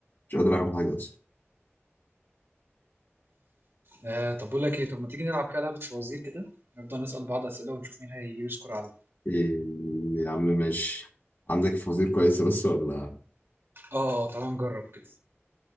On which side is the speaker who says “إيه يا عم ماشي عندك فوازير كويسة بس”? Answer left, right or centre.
Left